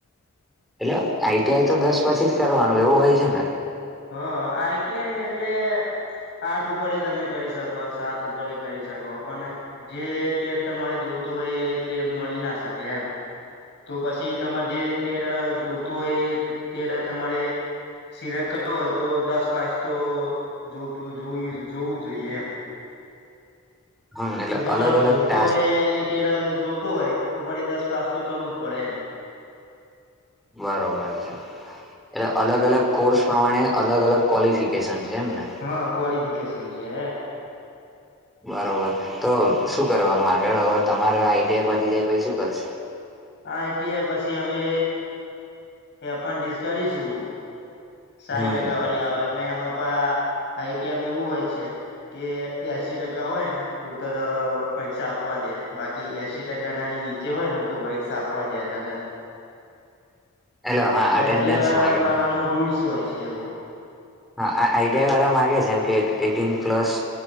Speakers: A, in the centre; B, on the left.
A: એટલે આઈટીઆઈ તો દસ પછી જ કરવાનું એવું હોય છે ને.
B: હ આઈટીઆઈ એટલે આઠ ઉપર તમે કરી શકો સાત ઉપર કરી શકો પણ જે ટેમ તમારે જોતોું હોય એ તેમ મળી ના શકે એમ. તો પછી તમારે જે ટેડ જોતો હોય એ ટેડ તમારે સિલેક હોય તો દસ પાસ તો જોતું જ જોઈએ એમ.
A: હમ એટલે
B: જો તમારે
A: અલગ અલગ
B: જોતો
A: ટાસ્ક
B: હોય એ જોતો હોય તો ફરી દસ પાસ તો કરવું જ પડે એમ.
A: બરોબર છે. એટલે અલગ અલગ કોર્સ પ્રમાણે અલગ અલગ કોલિફિકેશન છે એમ ને
B: હા કોઓલિફિકેશન છે.
A: બરોબર તો શું કરવાનું આગળ હવે તમારા આઈટીઆઈ પરથી જાય પછી શું કરીશ?
B: આઈટીઆઈ પછી અમે એપન ડિસ કરીશું. સારી
A: હમ
B: ટકા વાળી આવે ને એમાંપા આઈટીએમ એવું હોય છે કે એસી ટકા હોય ને તો તો પરીક્ષા આપવા દે બાકી એસી ટકા ના નીચે હોય ને તો પરીક્ષા આપવા દેતા નથી
A: એટલે હા
B: એ
A: અટેન્ડન્સ
B: આઈટી વા
A: માગે
B: વાળા ન રૂલસ હોય છે એવું
A: હા આઈટીઆઈ વાળા મામાંગે છે એમ કે એટીન પ્લસ